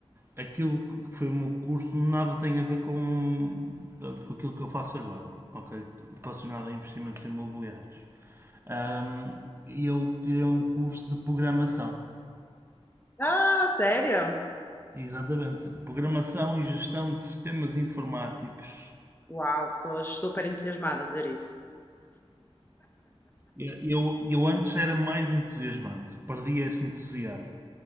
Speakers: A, on the right; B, on the left.
A: aquilo que foi o meu curso nada tem a ver com, portanto, com aquilo que eu faço agora, ok? Relacionado a investimentos imobiliários. Hum, eu tirei um curso de programação,
B: Ah, sério?
A: exatamente, programação e gestão de sistemas informáticos.
B: Uau, sou super entusiasmada a dizer isso.
A: Eu, eu eu antes era mais entusiasmante, perdi esse entusiasmo.